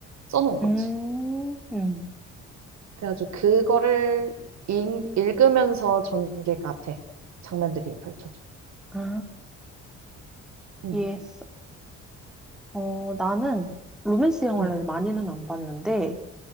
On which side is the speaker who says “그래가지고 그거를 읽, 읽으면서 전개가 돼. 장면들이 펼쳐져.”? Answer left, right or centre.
Right